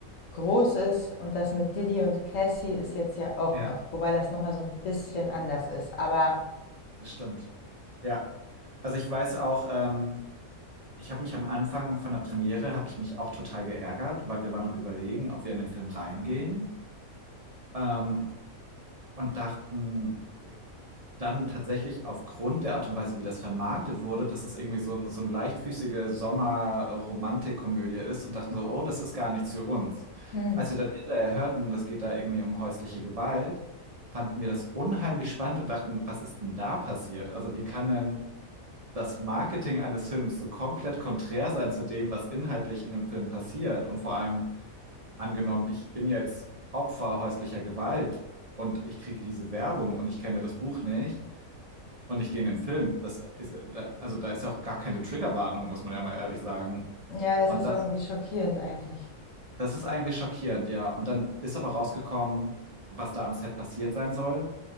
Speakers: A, on the left; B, on the right.
A: groß ist und das mit Didi und Cassie ist jetzt ja auch
B: ja,
A: noch, wobei das nochmal so ein bisschen anders ist. Aber
B: das stimmt. Ja, also ich weiß auch, ähm, Ich habe mich am Anfang von der Premiere habe ich mich auch total geärgert, weil wir waren am Überlegen, ob wir in den Film reingehen, ähm, und dachten äh, dann tatsächlich aufgrund der Art und Weise, wie das vermarktet wurde, dass es irgendwie so, so eine leichtfüßige Sommer-Romantikkomödie ist und dachten so, oh, das ist gar nichts für uns.
A: hm,
B: Als wir dann hinterher hörten, das geht da irgendwie um häusliche Gewalt, fanden wir das unheimlich spannend und dachten, was ist denn da passiert? Also wie kann denn das Marketing eines Films so komplett konträr sein zu dem, was inhaltlich in dem Film passiert. Und vor allem angenommen, ich bin jetzt Opfer häuslicher Gewalt und ich kriege diese Werbung und ich kenne das Buch nicht und ich gehe in den Film. Das ist, da, also da ist ja auch gar keine Triggerwarnung, muss man ja mal ehrlich sagen.
A: ja, das
B: Und
A: ist
B: das,
A: irgendwie schockierend eigentlich.
B: das ist eigentlich schockierend, ja. Und dann ist aber rausgekommen, was da am Set passiert sein soll.